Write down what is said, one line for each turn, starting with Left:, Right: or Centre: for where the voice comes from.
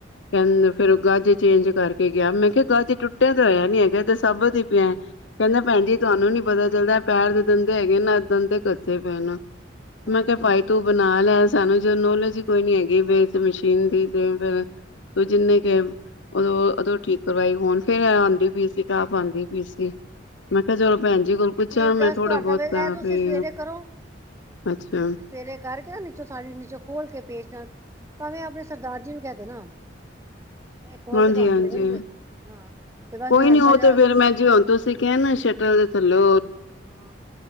Left: ਕਹਿੰਦੇ
Right: ਹਾਂ ਅੱਛਾ
Left: ਫਿਰ ਗਾਜੇ ਚੇਂਜ ਕਰਕੇ ਗਿਆ ਮੈਂ ਕਿਹਾ ਗਾਹ ਚ ਟੁੱਟਿਆ ਤੇ ਹੋਇਆ ਨੀ ਹੈਗਾ ਤੇ ਸਭ ਦੀ ਪਿਆ ਕਹਿੰਦੇ ਭੈਣ
Right: ਹੂੰ
Left: ਜੀ ਇਹਨੂੰ ਨੀ ਪਤਾ ਚੱਲਦਾ ਪੈਰ ਦੇ ਗੰਦੇ ਹੈਗੇ ਨਾ ਕੱਸੇ ਪਏ ਨਾ
Right: ਹਾਂ
Left: ਮੈਂ ਕਿਹਾ
Right: ਹਾਂ
Left: ਭਾਈ ਤੂ ਬਣਾ ਲੈ ਸਾਨੂੰ ਜੋ ਨੋਲੋਜੀ ਕੋਈ ਨੀ ਹੈਗੀ ਬੇ ਮਸ਼ੀਨ ਦੀ ਤੇ ਫ ਜਿੰਨੇ ਕ ਉਦੋਂ ਉਹਦੋਂ ਠੀਕ ਕਰਵਾਈ ਹੁਣ ਫੇਿਰ ਆਉਂਦੀ ਪਈ ਸੀ ਟਾਪ ਆਉਂਦੀ ਪਈ ਸੀ ਮੈਂ ਕਿਹਾ ਚਲੋ ਭੈਣ ਜੀ ਕੋਲ ਪੁੱਛਾਂ
Right: ਨਹੀਂ
Left: ਮੈਂ
Right: ਦੱਸ
Left: ਥੋੜੇ
Right: ਤੁਹਾਡਾ
Left: ਬਹੁਤ
Right: ਵੀ ਇਹ ਤੁਸੀਂ
Left: ਵੀ
Right: ਸਵੇਰੇ ਕਰੋ
Left: ਅੱਛਾ
Right: ਸਵੇਰੇ ਕਰਕੇ ਨਾ ਨੀਚੋਂ ਸਾ ਨੀਚੋਂ ਖੋਲ ਕੇ ਪੇਚਦਾ ਭਾਵੇਂ ਆਪਣੇ ਸਰਦਾਰ ਜੀ ਨੂੰ ਕਹਿ ਦੇਣਾ ਇਹ ਖੋਲ
Left: ਹਾਂਜੀ
Right: ਕੇ ਤੁਹਾਨੂੰ
Left: ਹਾਂਜੀ
Right: ਦੇ ਦੇਣਗੇ ਹਾਂ ਤੇ ਬਸ
Left: ਕੋਈ ਨੀ
Right: ਹਲਕਾ
Left: ਉਹ
Right: ਜਿਹਾ
Left: ਤੇ ਫੇਿਰ ਮੈਂ ਜੀ ਹੁਣ ਤੋਂਸੀਂ ਕਹਿਣਾ ਸ਼ਟਰਲ ਹੈਲੋ
Right: ਹਾਂ